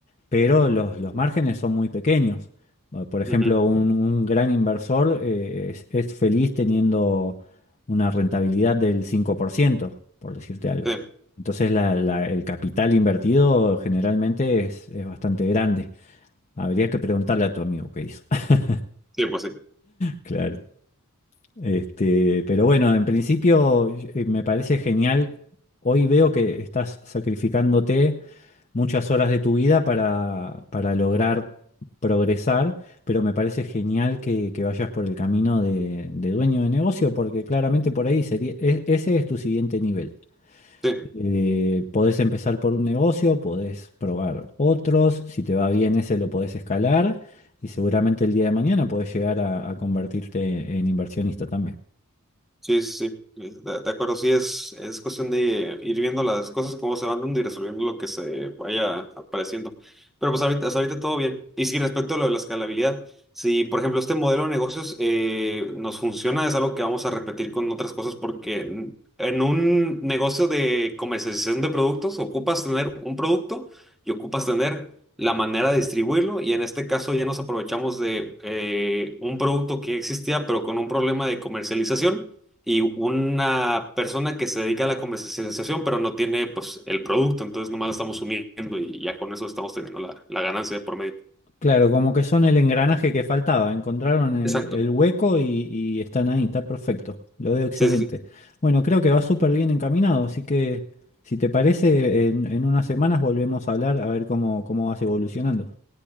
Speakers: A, on the left; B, in the centre.
A: pero los, los márgenes son muy pequeños. Eh, Por ejemplo,
B: ujú,
A: un, un gran inversor eh, es, es feliz teniendo una rentabilidad del 5%, por ciento, por decirte algo.
B: sí,
A: Entonces, la- la- el capital invertido generalmente es, es bastante grande. Habría que preguntarle a tu amigo qué hizo. <laughs>
B: sí, pues sí,
A: Claro. Este, pero bueno, en principio eh, me parece genial. Hoy veo que estás sacrificándote muchas horas de tu vida para, para lograr progresar, pero me parece genial que, que vayas por el camino de, de dueño de negocio, porque claramente por ahí sería, e- ese es tu siguiente nivel.
B: sí.
A: Eh, podés empezar por un negocio, podés probar otros, si te va bien ese lo podés escalar y seguramente el día de mañana podés llegar a a convertirte en inversionista también.
B: Sí, sí, sí, eh, de, de acuerdo, sí, es, es cuestión de ir viendo las cosas, cómo se van dando y resolviendo lo que se vaya apareciendo. Pero pues ahorita, hasta ahorita todo bien. Y sí, respecto a lo de la escalabilidad, si por ejemplo este modelo de negocios eh, nos funciona, es algo que vamos a repetir con otras cosas porque en, en un negocio de comercialización de productos ocupas tener un producto y ocupas tener la manera de distribuirlo y en este caso ya nos aprovechamos de eh, un producto que existía pero con un problema de comercialización y una persona que se dedica a la comercialización, pero no tiene pues el producto, entonces nomás lo estamos uniendo y ya con eso estamos teniendo la, la ganancia de por medio.
A: Claro, como que son el engranaje que faltaba. Encontraron el,
B: Exacto.
A: el hueco y, y están ahí, está perfecto. Lo veo excelente.
B: Sí, sí, sí.
A: Bueno, creo que va súper bien encaminado, así que si te parece, en, en unas semanas volvemos a hablar a ver cómo, cómo vas evolucionando.